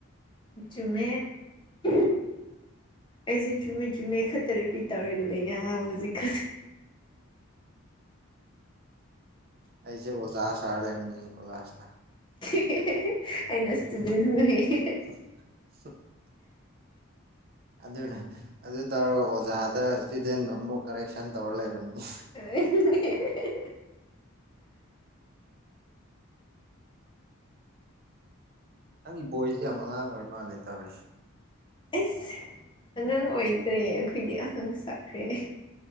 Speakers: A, on the left; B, on the right.
A: ꯆꯨꯝꯃꯦ <unintelligible> ꯑꯩꯁꯦ ꯆꯨꯝꯃꯦ ꯆꯨꯝꯃꯦ ꯈꯛꯇ ꯔꯤꯄꯤꯠ ꯇꯧꯔꯒ ꯂꯩ ꯌꯥꯝ ꯍꯧꯖꯤꯛ ꯈ
B: ꯑꯩꯁꯦ ꯑꯣꯖꯥ ꯁꯥꯔ ꯂꯩꯅꯤꯀꯣ ꯂꯥꯁꯇ
A: <unintelligible> ꯑꯩꯅ ꯏꯁꯇꯨꯗꯦꯟ ꯑꯣꯢꯌꯦ
B: <inaudible> ꯑꯗꯨꯅ ꯑꯗꯨ ꯇꯧꯔꯒ ꯑꯣꯖꯥꯗ ꯏꯁꯇꯨꯗꯦꯟ ꯑꯃꯨꯛ ꯀꯔꯦꯛꯁꯟ ꯇꯧꯔ ꯂꯩꯔꯝꯕꯅꯤ
A: <unintelligible>
B: ꯅꯪꯒꯤ ꯕꯣꯏꯁꯁꯤ ꯌꯥꯝ ꯑꯉꯥꯡ ꯑꯣꯏꯔ ꯃꯥꯜꯂꯦ ꯇꯥꯔꯔꯤꯁꯦ
A: ꯑꯩꯁ ꯑꯉꯥꯡ ꯑꯣꯏꯗ꯭ꯔꯦ ꯑꯩꯈꯣꯏꯗꯤ ꯑꯍꯥꯟ ꯁꯥꯈ꯭ꯔꯦ